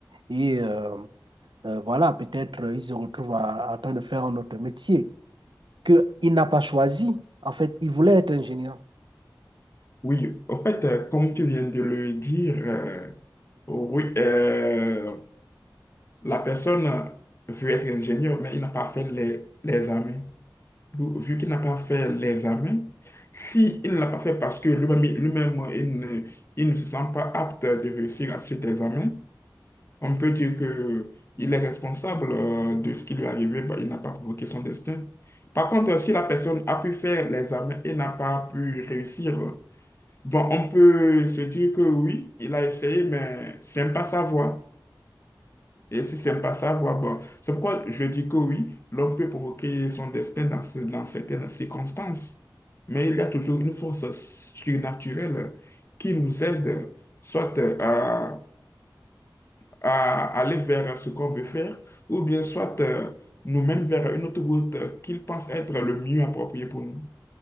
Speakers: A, on the right; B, on the left.
A: Et euh, euh, voilà, peut-être euh, il se retrouve à- en train de faire un autre métier qu'il n'a pas choisi. En fait, il voulait être ingénieur.
B: Oui, en fait, euh, comme tu viens de le dire, euh, Oui, euh, la personne veut être ingénieur, mais il n'a pas fait les, les examens. Vu vu qu'il n'a pas fait les examens, si il ne l'a pas fait parce que lui-même, lui-même, il ne, il ne se sent pas apte de réussir à cet examen, on peut dire que il est responsable euh, de ce qui lui est arrivé, bah, il n'a pas provoqué son destin. Par contre, si la personne a pu faire les examens et n'a pas pu réussir, bon, on peut se dire que oui, il a essayé, mais c'est pas sa voie. Et si c'est pas ça, voilà, bon. C'est pourquoi je dis que oui, l'homme peut provoquer son destin dans, ce- dans certaines circonstances. Mais il y a toujours une force surnaturelle qui nous aide soit euh, à, à aller vers ce qu'on veut faire, ou bien soit euh, nous mène vers une autre route qu'il pense être le mieux approprié pour nous.